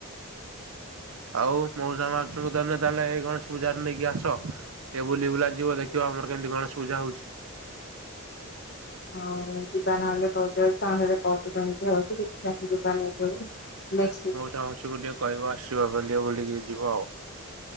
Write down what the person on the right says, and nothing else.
ଆଉ ମଉସା ମାଉସୀଙ୍କୁ ଧରିକିନା ତାହେଲେ ଏଇ ଗଣେଶ ପୂଜାରେ ନେଇକି ଆସ। ଟିକେ ବୁଲି ବୁଲା ଯିବ ଦେଖିବ ଆମର କେମିତି ଗଣେଶ ପୂଜା ହଉଛି।
ଚାହୁଁଚୁ ଟିକେ କହିବ ଆସିବ ବୋଲି ଟିକେ ବୁଲିକି ଯିବ ଆଉ।